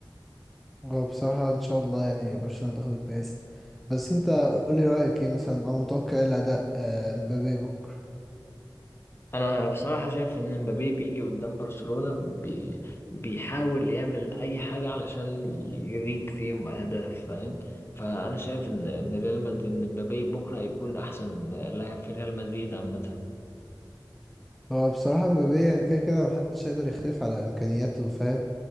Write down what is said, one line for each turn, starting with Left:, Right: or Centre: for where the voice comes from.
Centre: هو بصراحة ان شاء الله يعني برشلونة تاخد الكاس بس انت قول لي رأيك ايه مثلا او متوقع ايه الاداء آه، مبابي بكرة
Left: انا بصراحه شايف ان مبابي بيجي قدام برشلونه بي... بيحاول يعمل اي حاجه علشان يجيب فيهم اهداف فاهم فانا شايف ان ان ريال مدريد ان مبابي بكره هيكون احسن لاعب في ريال مدريد عامه
Centre: هو بصراحة مبابي يعني كده كده محدش هيقدر يختلف على امكانياته فاهم